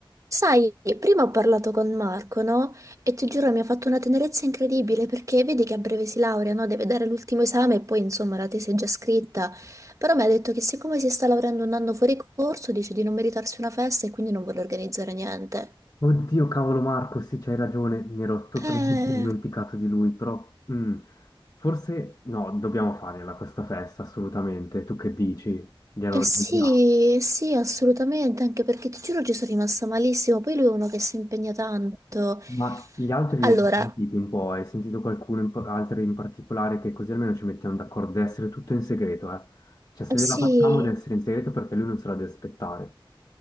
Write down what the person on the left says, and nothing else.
Oddio, cavolo Marco, sì, c'hai ragione, mi ero totalmente
dimenticato di lui, però mm, forse no, dobbiamo farla questa festa, assolutamente. Tu che dici? Gliela
organizziamo.
Ma gli altri
li hai già sentiti un po'? Hai sentito qualcuno, in pa- altri in particolare, che così almeno ci mettiamo d'accordo, deve essere tutto in segreto, eh? Cioè, se
gliela facciamo deve essere in segreto perché lui non se la deve aspettare.